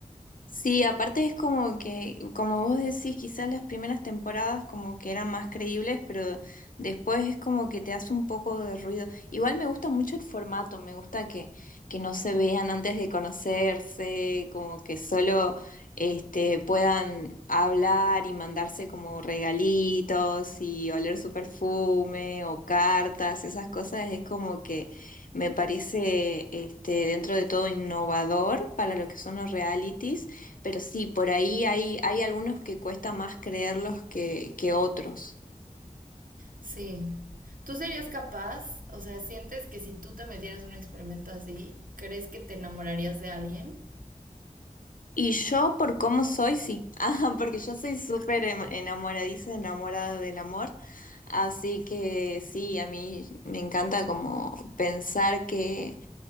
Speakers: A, on the left (about 70°); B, on the right (about 70°).
A: Sí, aparte es como que, como vos decís, quizás las primeras temporadas como que eran más creíbles, pero después es como que te hace un poco de ruido. Igual me gusta mucho el formato, me gusta que, que no se vean antes de conocerse, como que solo este, puedan hablar y mandarse como regalitos y oler su perfume o cartas, esas cosas es como que me parece este, dentro de todo innovador para lo que son los realities. Pero sí, por ahí hay, hay algunos que cuesta más creerlos que, que otros.
B: Sí. ¿Tú serías capaz? O sea, ¿sientes que si tú te metieras en un experimento así, crees que te enamorarías de alguien?
A: Y yo, por cómo soy, sí. <laughs> Ah, porque yo soy súper em- enamoradiza, enamorada del amor. Así que sí, a mí me encanta como pensar que,